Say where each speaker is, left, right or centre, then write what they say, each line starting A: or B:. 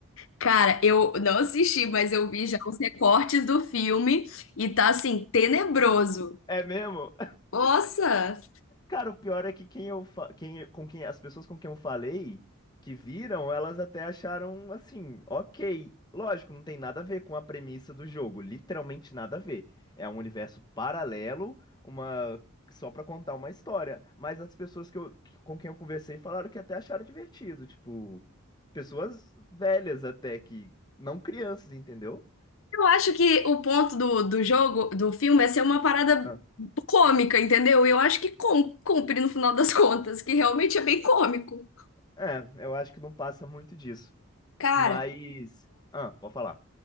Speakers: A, on the left (about 60°); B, on the left (about 20°).
A: Cara, eu não assisti, mas eu vi já os recortes do filme e tá assim, tenebroso.
B: É mesmo?
A: Nossa!
B: Cara, o pior é que quem eu fa- quem, com quem as pessoas com quem eu falei que viram, elas até acharam assim, ok. Lógico, não tem nada a ver com a premissa do jogo, literalmente nada a ver. É um universo paralelo, uma só pra contar uma história. Mas as pessoas que eu, que- com quem eu conversei falaram que até acharam divertido, tipo, pessoas velhas até que não crianças, entendeu?
A: Eu acho que o ponto do, do jogo, do filme, é ser uma parada
B: Ah.
A: cômica, entendeu? E Eu acho que cum- cumpre no final das contas, que realmente é bem cômico.
B: É, eu acho que não passa muito disso.
A: Cara,
B: Mas, ah, pode falar.